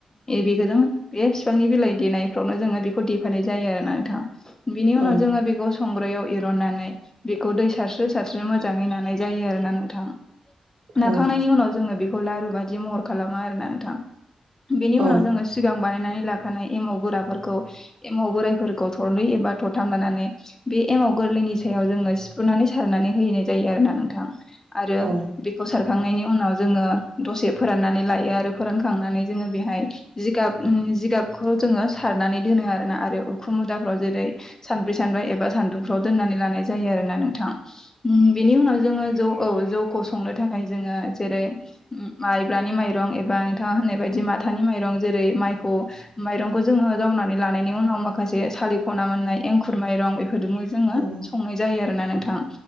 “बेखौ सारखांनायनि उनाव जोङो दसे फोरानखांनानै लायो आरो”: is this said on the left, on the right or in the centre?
Left